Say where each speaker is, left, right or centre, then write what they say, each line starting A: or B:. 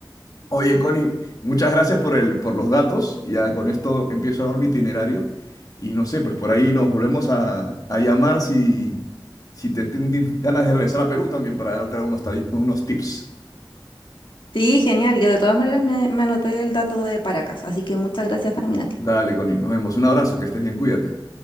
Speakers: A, on the left; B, on the left.
A: Oye, Connie, muchas gracias por el, por los datos. Ya con esto empiezo a armar mi itinerario. Y no sé, pues por ahí nos volvemos a, a llamar si, si te tienes ganas de regresar a Perú también para darte algunos, ta- unos tips.
B: Sí, genial. Yo de todas maneras me, me anoté el dato de Paracas, así que muchas gracias también a ti.
A: Dale, Connie, nos vemos. Un abrazo, que estés bien, cuídate.